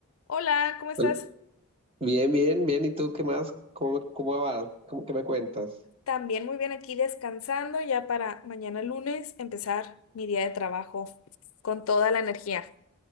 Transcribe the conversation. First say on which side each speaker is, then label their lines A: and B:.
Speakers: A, on the left (about 70°); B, on the right (about 25°).
A: Hola, ¿cómo estás?
B: Al- Bien, bien, bien. ¿Y tú qué más? ¿Cómo, cómo vas? ¿Cómo que me cuentas?
A: También muy bien aquí descansando ya para mañana lunes empezar mi día de trabajo con toda la energía.